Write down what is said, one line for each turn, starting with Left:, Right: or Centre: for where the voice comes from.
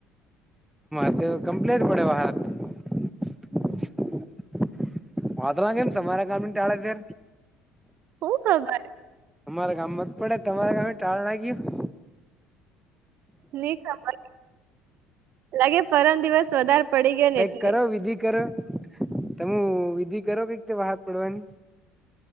Centre: પણ કમ્પ્લેન્ટ પડિયો <unintelligible> વાંદરા કેમ તમારા ગામને ટાળે છે.
Right: હું ખબર
Centre: અમારા ગામમા તો પડે તમારા ગામે ટાળું લાગીયું
Right: નહીં ખબર લાગે પરમ દિવસ વધારે પડી ગયો
Centre: કંઇક
Right: ને એટલે
Centre: કરો વિધિ કરો તમ વિધિ કરો કંઇક વરસાદ પડવાની